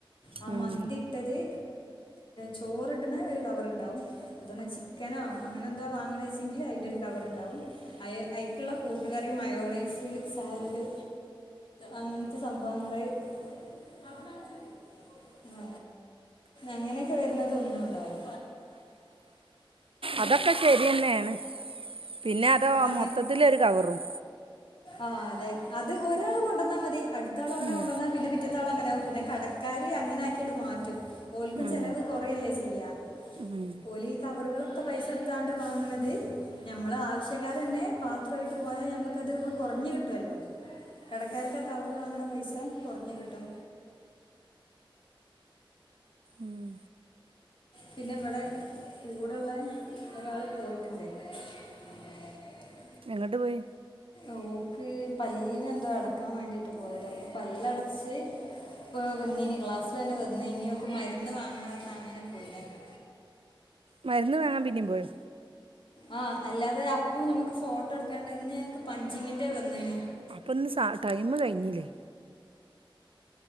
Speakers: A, on the left; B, on the right.
A: ആ
B: ഉം
A: മന്തി ഇട്ടത് ചോറിട്ണ ഒരു കവറ്.... ണ്ടും അതോ ചിക്കനോ അങ്ങനെ എന്തോ വാങ്ങണ വെച്ചെങ്കിൽ അതിന്റെ ഒരു കവർ ഉണ്ടാവും അയിക്ക്ള്ള കൂട്ടുകറി മയോണൈസ് സാലഡ് അങ്ങനത്തെ സംഭവങ്ങള് ആ അങ്ങനെയൊക്കെ വരുന്നത് ഒന്നും ഉണ്ടാവും.
B: അതൊക്കെ ശരിയെന്നെണ് പിന്നെ അതു
A: അപ്പം
B: മൊത്തത്തിലൊരു കവറും
A: ആഹ് അതെ അത് ഒരാൾ കൊണ്ടന്നാ മതി അടുത്താളും അങ്ങനെ
B: ഉം
A: കൊണ്ടന്ന പിന്നെ പിറ്റ... ത്താളും അങ്ങനെ ആവും പിന്നെ കടക്കാര് അങ്ങനെ ആക്കിയിട്ട് മാറ്റും ഓൽക്കും
B: ഉം
A: ചെലവ് കുറയല്ലേ ചെയ്യാ
B: ഉം
A: ഓലെ ഈ കവറുകളൊക്കെ പൈസ എടുത്താണ്ട് വാങ്ങണത് ഞമ്മള് ആവശ്യക്കാറെന്നെ ന്നെ പാത്രമായിട്ട് ട്പോയാൽ നമുക്കത് കുറഞ് കിട്ടുമല്ലോ കടക്കാർക്ക് ആ കവറ് വാങ്ങണ പൈസ കുറഞ് കിട്ടും
B: ഉം
A: പിന്നെ വിടെ കൂടുള്ളെ ഒരാള് പോയിട്ടുണ്ട് <unintelligible>
B: എങ്ങട്ട് പോയി
A: ഓക്ക് പല്ലിനെ ന്തോ അടക്കാൻ വേണ്ടിട്ട് പോയത പ്പൊ പല്ലടച്ച് ഇ പൊവന്നീനി ക്ലാസിലെന്നെ വന്നിനി ഓക്ക് മരുന്ന് വാങ്ങണ പറ അങ്ങനെ പോയി... <unintelligible>
B: മരുന്ന് വാങ്ങാൻ പിന്നും പോയൊ?
A: ആഹ അല്ലാതെ അപ്പൊ നമ്മുക്ക് ഫോട്ടോ എടുക്കാണ്ടന്നക്ക് പഞ്ചിങ്ങിന്റെ വന്നിണ്‌
B: അപ്പൊന്ന് സ ടൈം കഴിഞ്ഞില്ലേ?